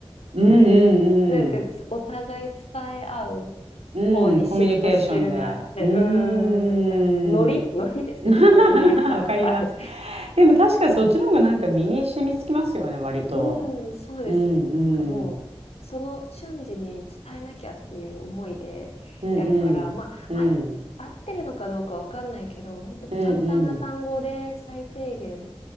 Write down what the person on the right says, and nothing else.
うんうん。
うん、
コミュニケーションで。うーん。
<laughs>
わかります。
でも確かにそっちの方がなんか身に染みつきますよね、割と。
うん、
うん。
うんうん。
うん。
うんうん。